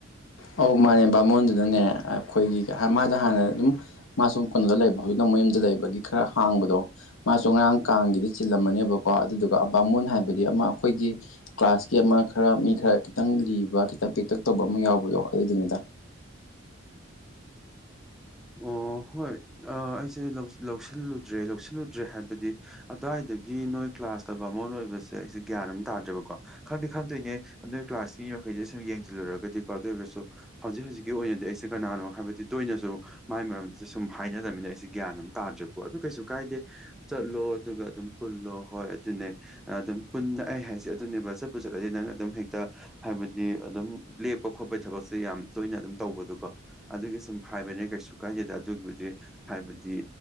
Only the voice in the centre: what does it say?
ꯑꯣ ꯍꯣꯏ ꯑꯥ ꯑꯩꯁꯦ ꯂꯧ ꯂꯧꯁꯤꯜꯂꯨꯗ꯭ꯔꯦ ꯂꯧꯁꯤꯜꯂꯨꯗ꯭ꯔꯦ ꯍꯥꯏꯕꯗꯤ ꯑꯗ꯭ꯋꯥꯏꯗꯒꯤ ꯅꯣꯏ ꯀ꯭ꯂꯥꯁꯇ ꯕꯥꯃꯣꯟ ꯑꯣꯏꯕꯁꯦ ꯑꯩꯁꯦ ꯒ꯭ꯌꯥꯟ ꯑꯝ ꯇꯥꯗ꯭ꯔꯦꯕꯀꯣ ꯈꯪꯗꯤ ꯈꯪꯗꯣꯏꯅꯦ ꯅꯣꯏ ꯀ꯭ꯂꯥꯁꯀꯤ ꯃꯈꯩꯖꯦ ꯁꯨꯝ ꯌꯦꯡꯖꯤꯜꯂꯨꯔꯒꯗꯤꯀꯣ ꯑꯗꯨ ꯑꯣꯏꯒꯁꯨ ꯍꯧꯖꯤꯛ ꯍꯧꯖꯤꯛꯀꯤ ꯑꯣꯏꯅꯗꯤ ꯑꯩꯁꯦ ꯀꯅꯥꯅꯣ ꯍꯥꯏꯕꯗꯤ ꯇꯣꯏꯅꯖꯨ ꯃꯥꯏ ꯃꯔꯝꯗ ꯁꯨꯝ ꯍꯥꯏꯅꯗꯝꯅꯤꯅ ꯑꯩꯁꯦ ꯒ꯭ꯌꯥꯟ ꯑꯝ ꯇꯥꯗ꯭ꯔꯦꯕꯀꯣ ꯑꯗꯨ ꯀꯩꯁꯨ ꯀꯥꯏꯗꯦ ꯆꯠꯂꯣ ꯑꯗꯨꯒ ꯑꯗꯨꯝ ꯄꯨꯜꯂꯣ ꯍꯣꯏ ꯑꯗꯨꯅꯦ ꯑꯗꯨꯝ ꯄꯨꯟ ꯑꯩ ꯍꯥꯏꯁꯦ ꯑꯗꯨꯅꯦꯕ ꯆꯠꯄꯨ ꯆꯠꯂꯗꯤ ꯅꯪ ꯑꯗꯨꯝ ꯍꯦꯛꯇ ꯍꯥꯏꯕꯗꯤ ꯑꯗꯨꯝ ꯂꯦꯛꯄ ꯈꯣꯠꯄꯩ ꯊꯕꯛꯁꯦ ꯌꯥꯝ ꯇꯣꯏꯅ ꯑꯗꯨꯝ ꯇꯧꯕꯗꯨꯀꯣ ꯑꯗꯨꯒꯤ ꯁꯨꯝ ꯍꯥꯏꯕꯅꯦ ꯀꯩꯁꯨ ꯀꯥꯏꯗꯦꯗ ꯑꯗꯨꯏꯕꯨꯗꯤ ꯍꯥꯏꯕꯗꯤ